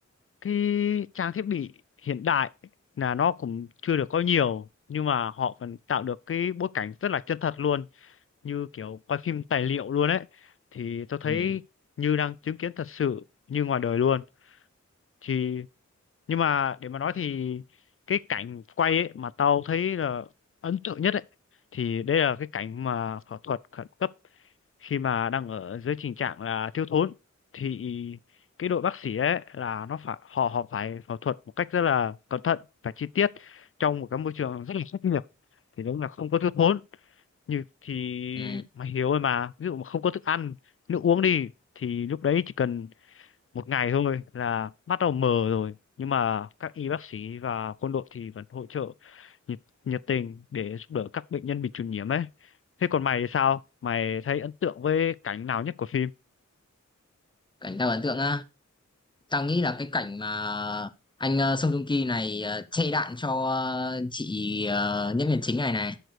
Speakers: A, on the left; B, on the left.
A: cái trang thiết bị hiện đại là nó cũng chưa được có nhiều nhưng mà họ vẫn tạo được cái bối cảnh rất là chân thật luôn như kiểu quay phim tài liệu luôn ấy thì tôi thấy
B: ừ,
A: như đang chứng kiến thật sự như ngoài đời luôn thì nhưng mà để mà nói thì cái cảnh quay ấy mà tao thấy là ấn tượng nhất ấy thì đây là cái cảnh mà phẫu thuật khẩn cấp khi mà đang ở dưới tình trạng là thiếu thốn thì cái đội bác sĩ ấy là nó phải họ họ phải phẫu thuật một cách rất là cẩn thận và chi tiết trong một cái môi trường rất là khắc nghiệt thì đúng là không có thiếu thốn như thì
B: ừ.
A: mày hiểu rồi mà ví dụ mà không có thức ăn nước uống đi thì lúc đấy chỉ cần một ngày thôi là bắt đầu mờ rồi nhưng mà các y bác sĩ và quân đội thì vẫn hỗ trợ nhiệt, nhiệt tình để giúp đỡ các bệnh nhân bị truyền nhiễm ấy thế còn mày thì sao mày thấy ấn tượng với cảnh nào nhất của phim
B: cảnh tao ấn tượng á tao nghĩ là cái cảnh mà anh ờ, Song Joong Ki này ờ, chê đạn cho ờ, chị ờ, nhân viên chính này này